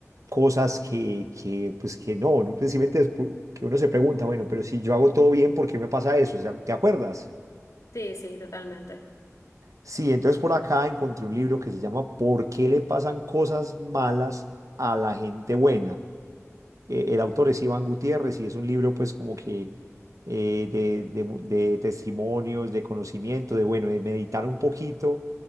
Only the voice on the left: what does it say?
Sí, sí, totalmente.